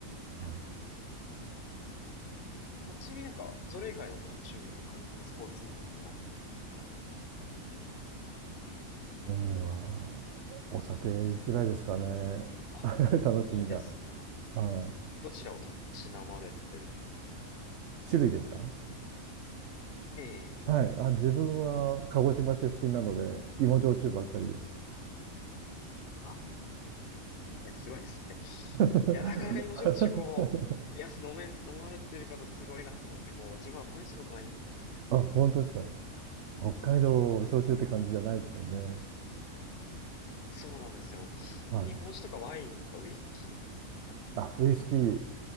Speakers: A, on the left; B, on the right.
A: 本当に。
B: あ、
A: まあ、ちなみになんか、それ以外のご趣味とかで全然スポーツに限らずされてることとかは、ある、
B: 趣味は、お酒ぐらいですかね。
A: あ
B: <laughs> 楽しみが。
A: いいですね。
B: は
A: どちらをたしなまれてるんですか
B: い。種類ですか
A: ええ
B: はい。あ、自分は鹿児島出身なので、芋焼酎ばっかりです。
A: あ、いや、すごいですね。
B: <laughs>
A: いや、なかなか芋焼酎こう、いや、飲め、飲まれてる方すごいなと思って、こう、自分はまだ試したことないんですよね。
B: あ、本当ですか北海道焼酎って感じじゃないですもんね。
A: そうなんですよ。
B: はい。
A: 日本酒とかワインとかウイスキーなんですよね。
B: あ、ウイスキー、